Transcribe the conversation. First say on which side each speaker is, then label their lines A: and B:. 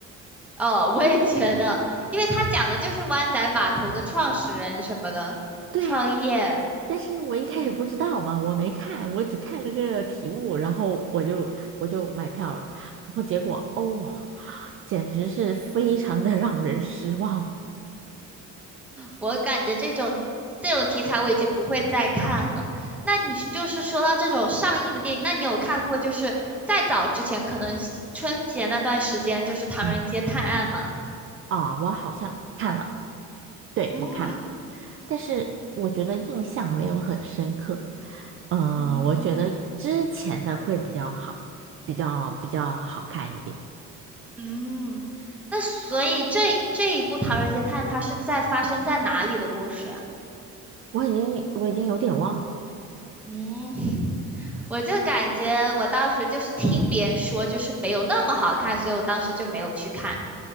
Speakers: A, in the centre; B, on the right.
A: 哦，我也觉得，因为他讲的就是湾仔码头的创始人什么的创业，
B: 对啊。但是我一开始不知道嘛，
A: 嗯，
B: 我没看，我只看了个题目，然后我就我就买票了，然后结果哦，简直是非常的让人失望。
A: 我感觉这种这种题材我已经不会再看了。那你就是说到这种上映的电影，那你有看过就是再早之前，可能春节那段时间就是《唐人街探案》吗？
B: 嗯，啊，我好像看了，对，
A: 嗯
B: 我看了，但是我觉得印象没有很深刻。嗯、
A: 嗯，
B: 我觉得之前的会比较好，比较比较好看一点。
A: 嗯，那所以这这一部《唐人街探案》它是在发生在哪里的故事呀？
B: 我已经我已经有点忘。了。
A: 嗯。我就感觉我当时就是听别人说，就是没有那么好看，所以我当时就没有去看。